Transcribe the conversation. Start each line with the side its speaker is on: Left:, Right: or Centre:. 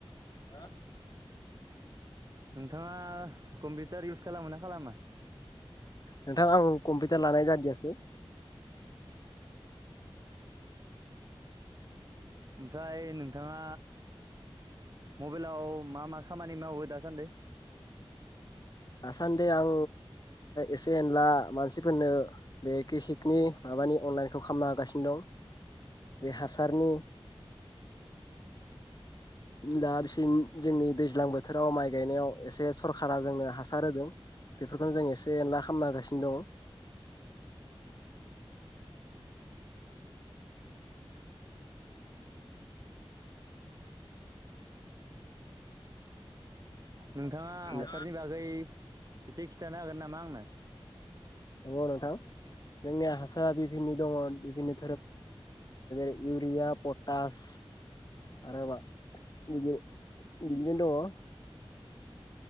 Left: हा
Right: नोंथाङा कम्पिउटार इउस खालामो ना खालामा
Left: नोंथां आं कम्पिउटार लानाय जादियासै
Right: ओमफ्राय नोंथाङा मबाइलाव मा मा खामानि मावो दासान्दि
Left: दासान्दि आं एसे एनला मानसिफोरनो बे किसिकनि माबानि अनलाइनखौ खालामना होगासिनो दं बे हासारनि दासिम जोंनि दैज्लां बोथोराव माइ गायनायाव एसे सरखारा जोंनो हासार होदों बेफोरखौनो जों एसे ना खालामना हागासिनो दङ
Right: <inaudible> <inaudible> नोंथाङा
Left: दङ
Right: हासारनि बागै एसे खिन्थानो हागोन नामा आंनो
Left: नंगौ नोंथां जोंनिया हासारा बिभिननि दङ बिभनि
Right: <inaudible>
Left: इउरिया पटास आरो बिज बिदिनो दङ